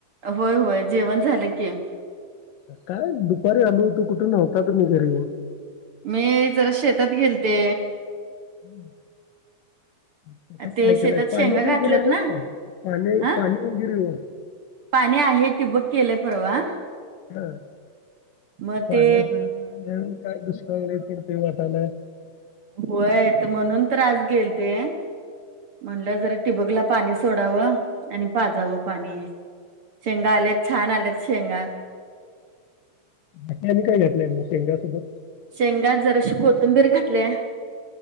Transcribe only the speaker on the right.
होय होय जेवण झालं की.
मी जरा शेतात गेलते.
ते
शेतात शेंगा
घातल्यात
ना
हा
पाणी आहे टिबक केलंय परवा.
मग
ते
व्हय तर म्हणून तर आज गेलते. म्हणलं जरा टिबक ला पाणी सोडावं. आणि पाजावं पाणी शेंगा आल्यात छान आल्यात शेंगा.
शेंगात जराशी कोथंबीर घातल्या.